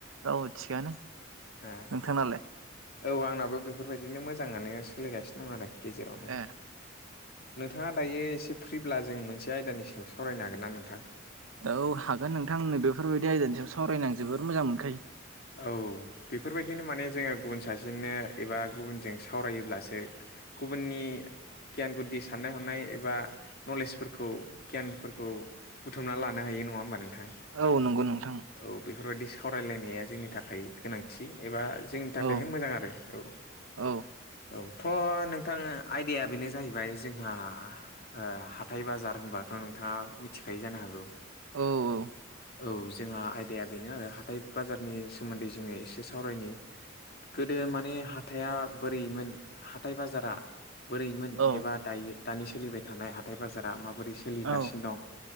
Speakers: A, on the right; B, on the left.
A: औ थिगानो
B: ओ
A: नोंथांआलाय
B: औ आंनाबो बेफोरबायदिनो मोजाङानो सोलिगासिनो दं आरो गेजेरावनो
A: ए
B: नोंथाङा दायो एसे फ्रिब्ला जों मोनसे आयदानि सायाव सावरायनो हागोन ना नोंथां
A: औ हागोन नोंथांनो बेफोरबायदि आयदानि सायाव सावरायनानै जोबोर मोजां मोनखायो
B: औ बेफोरबायदिनो माने जोङो गुबुन सासेनो एबा गुबुनजों सावरायोब्लासो गुबुननि गियान गुदि साननाय हनाय एबा नलेजफोरखौ गियानफोरखौ बुथुमना लानो हायो नङा होमबा नोंथां
A: औ नंगौ नोंथां
B: औ बेफोरबायादि सावरायलायनाया जोंनि थाखाय गोनांथि एबा जोंनि थाखायनो
A: औ
B: मोजां आरो औ
A: औ
B: औ थ' नोंथाङा आइडाया बेनो जाहैबाय जोंहा ओ हाथाय बाजार होनबाथ' नोंथाङा मिथिखायो जानो हागौ
A: औ औ
B: औ जोंहा आयदाया बेनो आरो हाथाय बाजार नि सोमोन्दै जोङो एसे सावरायनि गोदो माने हाथाइा बोरैमोन हाथाय बाजारा बोरैमोन
A: औ
B: एबा दायो दानि सोलिबाय थानाय हाथाय बाजारा माबोरै सोलिगासिनो
A: औ
B: दं